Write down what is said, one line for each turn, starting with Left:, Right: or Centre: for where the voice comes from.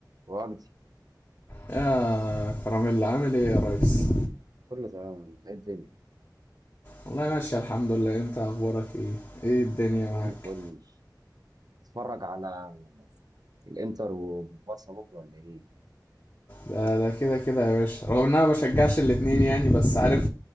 Right: والدي
Left: يا كراميل عامل ايه يا ريس
Right: كله تمام ايه الدنيا
Left: والله ماشي الحمد لله انت اخبارك ايه ايه الدنيا معاك
Right: كله فل اتفرج على الانتر وبارسا بكره ولا ايه
Left: ده ده كده كده يا باشا رغم ان انا بشجعش الاتنين يعني بس عارف